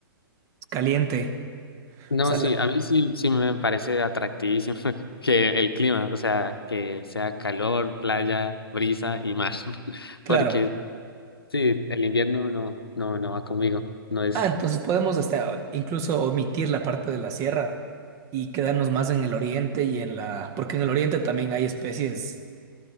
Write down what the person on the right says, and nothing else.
es caliente. O
sea,
la-
claro.
Ah, entonces podemos hasta incluso omitir la parte de la sierra y quedarnos más en el oriente y en la, porque en el oriente también hay especies